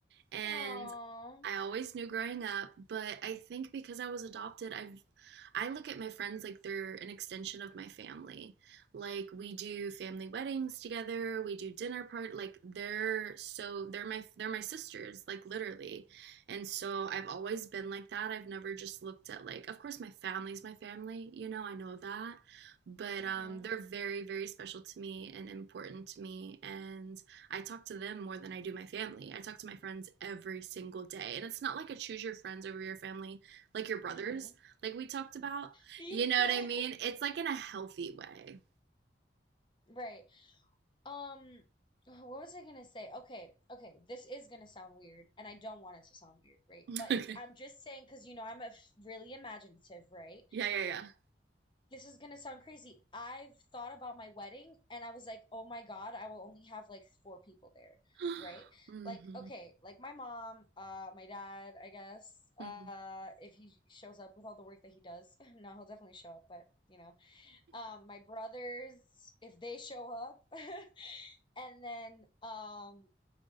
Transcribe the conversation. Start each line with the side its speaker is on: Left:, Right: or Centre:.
Right: And
Left: Aww.
Right: I always knew growing up, but I think because I was adopted, I've I look at my friends like they're an extension of my family. Like we do family weddings together, we do dinner part like they're so they're my they're my sisters, like literally. And so I've always been like that. I've never just looked at like of course my family's my family, you know, I know that, but
Left: Mm-hmm.
Right: um they're very very special to me and important to me and I talk to them more than I do my family. I talk to my friends every single day. And it's not like a choose your friends over your family, like your brothers,
Left: Mm-hmm.
Right: like we talked about.
Left: <laughs> Yeah.
Right: You know what I mean?
Left: <laughs>
Right: It's like in a healthy way.
Left: Right. Um, what was I gonna say? Okay, okay, this is gonna sound weird, and I don't want it to sound weird, right?
Right: <laughs>
Left: But
Right: okay.
Left: I'm just saying, because you know, I'm a f really imaginative, right?
Right: Yeah, yeah,
Left: This is gonna sound crazy. I've thought about my wedding, and I was like, oh my God, I will only have like four people there,
Right: yeah.
Left: right?
Right: <gasps>
Left: Like, okay,
Right: mm-hmm.
Left: like my mom, uh, my dad, I guess, uh,
Right: Mm-hmm.
Left: if he shows up with all the work that he does. <laughs> No, he'll definitely show up, but you know. um, my brothers if they show up, <laughs> and then um,